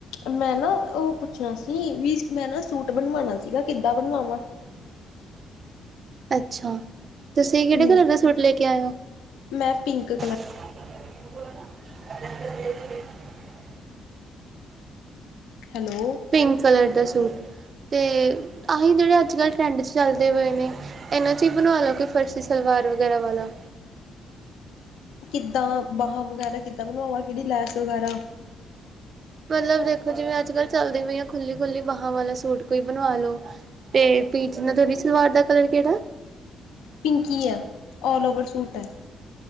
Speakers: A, on the left (about 80°); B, on the right (about 50°).
A: ਮੈਂ ਨਾ ਉਹ ਪੁੱਛਣਾ ਸੀ, ਵੀ ਮੈਂ ਨਾ ਸੂਟ ਬਣਵਾਨਾ ਸੀਗਾ। ਕਿੱਦਾਂ ਬਣਵਾਵਾਂ?
B: ਅੱਛਾ, ਤੁਸੀਂ ਕਿਹੜੇ
A: ਹਮ
B: ਕਲਰ ਦਾ ਸੂਟ ਲੈ ਕੇ ਆਏ ਹੋ?
A: ਮੈਂ pink colour
B: <unintelligible>
A: hello.
B: Pink colour ਦਾ ਸੂਟ, ਤੇ ਆਹੀ ਜਿਹੜੇ ਅੱਜ- ਕੱਲ ਟਰੈਂਡ 'ਚ ਚੱਲਦੇ ਪਏ ਨੇ। ਇਨਾਂ 'ਚ ਈ ਬਣਵਾ ਲਓ ਕਿ ਕੋਈ ਫਰਸੀ ਸਲਵਾਰ ਵਗੈਰਾ ਵਾਲਾ।
A: ਕਿੱਦਾਂ ਬਾਹਾਂ ਵਗੈਰਾ ਕਿੱਦਾਂ ਬਣਵਾਵਾਂ, ਕਿਹੜੀ ਲੈਸ ਵਗੈਰਾ?
B: ਪਹਿਲਾਂ ਦੇਖੋ, ਜਿਵੇਂ ਅੱਜ- ਕੱਲ ਚੱਲਦੀ ਪਈਆਂ ਖੁੱਲੀ - ਖੁੱਲੀ ਬਾਹਾਂ ਵਾਲਾ ਸੂਟ ਕੋਈ ਬਣਵਾ ਲਓ। 'ਤੇ ਪੀਚ ਨਾ ਤਾਡੀ ਸਲਵਾਰ ਦਾ ਕਲਰ ਕਿਹੜਾ?
A: ਪਿੰਕ ਈ ਐ, ਔਲ-ਓਵਰ ਸੂਟ ਹੈ।